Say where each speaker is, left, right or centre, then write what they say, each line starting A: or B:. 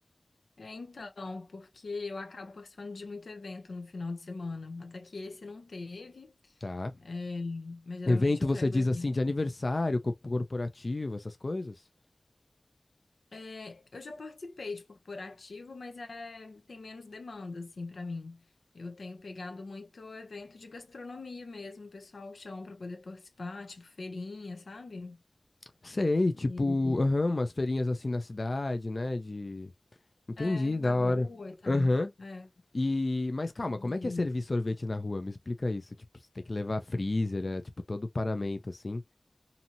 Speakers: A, on the left; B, on the left.
A: É, então, porque eu acabo participando de muito evento no final de semana. Até que esse não teve,
B: Tá.
A: é, mas geralmente
B: Evento,
A: eu
B: você
A: pego
B: diz
A: evento.
B: assim, de aniversário, co- corporativo, essas coisas?
A: É, eu já participei de corporativo, mas é, tem menos demanda, assim, para mim. Eu tenho pegado muito evento de gastronomia mesmo, o pessoal chama para poder participar, tipo feirinha, sabe?
B: Sei, tipo,
A: E-
B: aham, umas feirinhas assim na cidade, né? De... Entendi,
A: é, na
B: da
A: rua
B: hora.
A: e tal.
B: Aham.
A: É,
B: E, mas calma,
A: e,
B: como é que é servir sorvete na rua? Me explica isso. Tipo, você tem que levar freezer, é, tipo, todo o paramento assim.